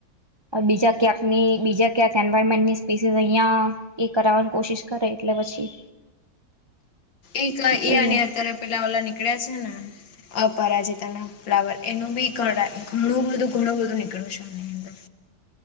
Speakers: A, on the right; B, on the left.
A: બીજા ક્યાંકની બીજા ક્યાંક એન્વારમેન્ટની સ્પીસીસ અહિયાં એ કરાવવાની કોશિશ કરે એટલે પછી
B: એક
A: જોઈએ
B: એ અને અત્યારે પેલા ઓલા નીકળ્યા છે ને અપરાજતા ના ફ્લાવર એનું બી ઘણાં ઘણું બધું ઘણું બધું નીકળ્યું છે એની અંદર